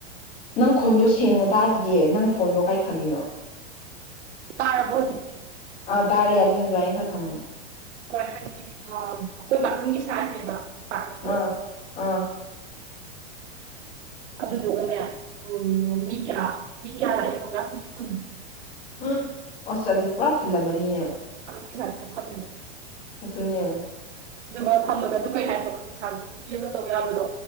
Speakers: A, on the left; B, on the right.
A: ꯅꯪ ꯈꯣꯟꯗꯣ ꯁꯦꯡꯅ ꯇꯥꯗꯤꯌꯦ ꯅꯪ ꯐꯣꯟꯗꯣ ꯀꯥꯏ ꯊꯝꯃꯤꯅꯣ
B: ꯇꯥꯔꯕꯣ ꯍꯧꯖꯤꯛꯇꯤ
A: ꯑꯥ ꯇꯥꯔꯦ ꯑꯗꯨꯅꯤ ꯑꯗꯨꯃꯥꯏꯅ ꯈꯔ ꯊꯝꯃꯣ
B: ꯍꯣꯏ ꯍꯥꯏꯗꯤ ꯑꯩꯈꯣꯏ ꯕꯥꯔꯗꯔꯨꯝꯒꯤ ꯁꯥꯏꯁꯅꯦꯕ ꯗꯤꯄꯥꯔꯠꯃꯦꯟꯗꯣ
A: ꯑꯥ ꯑꯥ
B: ꯑꯗꯨꯗꯨꯒꯅꯦ ꯎꯝ ꯃꯤ ꯀꯌꯥ ꯃꯤ ꯀꯌꯥ ꯂꯥꯛꯑꯦ ꯈꯪꯕ꯭ꯔꯥ ꯃꯤ ꯀꯨꯟ
A: ꯑ ꯑꯁ ꯑꯗꯨ ꯄꯨꯔꯥ ꯐꯨꯜꯂꯝꯃꯅꯤꯅꯦ
B: ꯑꯝ ꯐꯤꯌꯥꯁꯇ ꯐꯝꯃꯤꯅꯤ
A: ꯑꯗꯨꯅꯦ
B: ꯑꯗꯨꯒ ꯐꯝꯃꯒꯗꯨ ꯀꯩ ꯍꯥꯏꯗꯒ ꯄꯩꯁꯥꯗꯨ ꯊꯤꯔꯒ ꯇꯧ ꯌꯥꯕꯗꯣ